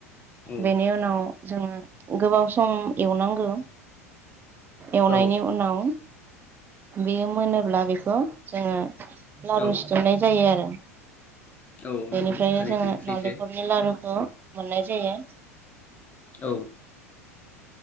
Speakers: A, on the left; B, on the right.
A: औ
B: बेनि उनाव जोङो गोबाव सम एवनांगौ एवनायनि
A: औ
B: उनाव बेयो मोनोब्ला बेखौ जोङो लारु
A: औ
B: सिथुंनाय जायो आरो
A: औ नंगौ
B: बेनिफ्रायनो
A: थारैनो
B: जोङो
A: सैथो
B: नालेंखरनि लारु मोननाय जायो
A: औ,